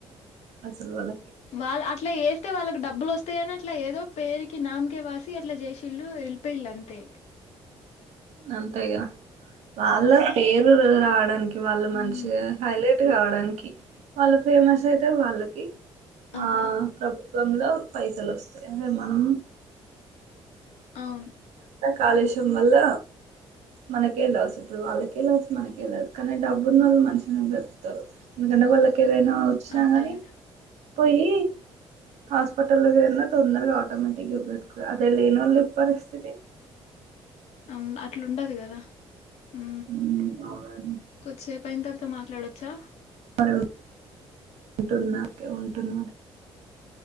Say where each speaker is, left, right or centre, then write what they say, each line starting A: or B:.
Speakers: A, on the right (about 80°); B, on the left (about 75°).
A: అసలు వాళ్ళకి
B: వాళ అట్లా ఏ అయితే వాళ్ళకి డబ్బులు వస్తాయని అట్లా ఏదో పేకి నామకే వాసి అట్లా చేసిళ్ళలు వెళ్ళిపోయిళ్ళు అంతే
A: అంతే కదా వాళ్ళ పేరు రావడానికి వాళ్ళు
B: హ్మ్.
A: మంచిగా హైలైట్ కావడానికి వాళ్ళ ఫేమస్ అయితే వాళ్ళకి
B: అంతే.
A: ఆ ప్రు ప్రభుత్వంలో పైసలు వస్తాయి అదే మనం
B: అవును
A: కాళషమ్మల్ల మనకే లాస్ ఇప్పుడు వాళ్ళకే లాస్ మనకే లాస్ కానీ డబ్బున్న వాళ్ళు మనిషిని బ్రతుకుతారు ఎందుకంటే వాళ్ళకి ఏదైనా వచ్చినా
B: అంతే
A: గానీ
B: గదా!
A: పోయి హాస్పిటల్లో జేరినా తొందరగా ఆటోమేటిక్గా బ్ర అదే లేని వాళ్ళ పరిస్థి అతే
B: అవు అట్లా ఉండదు కదా ఉ
A: ఉమ్ అవునండి
B: కొద్దిసేపు అయిన తర్వాత మాట్లాడొచ్చా
A: అడుగు టు నాకే ఉంటుంది మరి